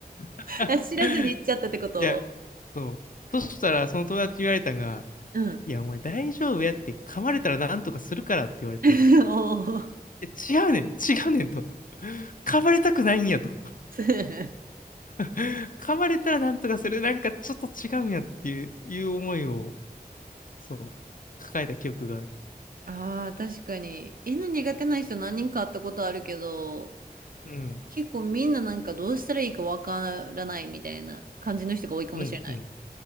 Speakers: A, on the left; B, on the right.
A: <laughs>
B: あ知らずに行っちゃったってこと
A: いや、そう。そしたら、その友達に言われたんが、
B: うん。
A: いや、お前大丈夫やって、噛まれたらなんとかするからって言われて、
B: <laughs>
A: い
B: おー
A: や、違うねん、違うねんと。噛まれたくないんやと。
B: <laughs>
A: <laughs> 噛まれたらなんとかする。なんかちょっと違うんやっていう、いう思いを、そう、抱えた記憶がある。
B: ああ、確かに。犬苦手な人何人か会ったことあるけど、
A: うん、
B: 結構みんななんかどうしたらいいかわからないみたいな感じの人が多いかもしれない。
A: うん、うん。